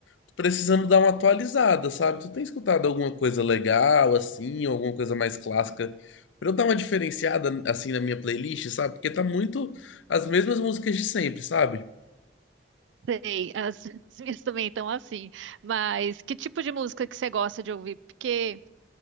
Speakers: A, on the left; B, on the right.
A: tô precisando dar uma atualizada, sabe? Tu tem escutado alguma coisa legal assim, ou alguma coisa mais clássica pra eu dar uma diferenciada assim na minha playlist, sabe? Porque tá muito as mesmas músicas de sempre, sabe?
B: Sei, as, <laughs> as minhas também estão assim. Mas que tipo de música que você gosta de ouvir? Porque,